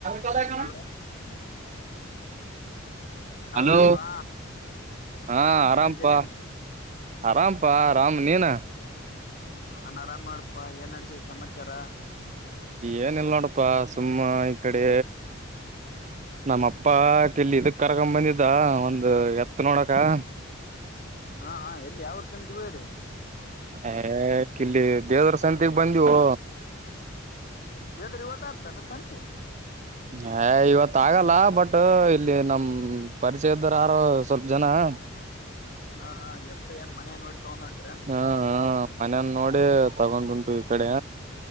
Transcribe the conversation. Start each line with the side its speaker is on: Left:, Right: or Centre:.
Right: ಕದಣ
Left: hello
Right: hello
Left: ರಮ್ಯಾನ್ ಪಾ
Right: ಹಾ
Left: ರಮ್ಯಾನ್
Right: ಆರಾಮಪಾ
Left: ಪಾ ಜಲನಿ
Right: ಆರಾಮಪಾ ಆರಾಮ್ ನೀನ
Left: ನಾನ್ ಆರಾಮ ಮಾಡಪಾ ಏನ್ ಅಡಸ ಸಮಾಚಾರ
Right: ಏನಲ್ ನೋಡಪ್ಪಾ ಸುಮ್ಮ ಈ ಕಡೆ ನಮ್ಮಪ್ಪ ಕೆಲ್ಲಿ ಇದಕ್ ಕರ್ಕ ಬಂದಿದ್ದ ಒಂದು ಎತ್ ನೋಡಕ ಹ
Left: ಹಾ ಹ ಎಲ್ಲಿ ಯಾವರ್ ಸಂತಿಗೂ ಹೇಳಿ
Right: ಹಕಲ್ಲಿ ದೇವದ್ರ ಸಂತಗ್ ಬಂದವು
Left: ದೇವದರಿ ಹೊತದತ ಸೆಂತಿ
Right: ಹ ಇವತ್ ಆಗಲ್ಲ ಬಟ್ ಇಲ್ಲಿ ನಮ ಪರಿಚಯದರು ಯಾರು ಸ್ವಲ್ಪ ಜನ ಹ
Left: ಹಾ ಹಾ ಎಪ್ಪ ಏನ್ ಮನ ನೋಡಿ ತಗೊಂಡ್ಟು
Right: ಹಾ ಮನೇನ್ ನೋಡ ತಗೊಂಡ್ ಉಂಟು ಈ ಕಡೆ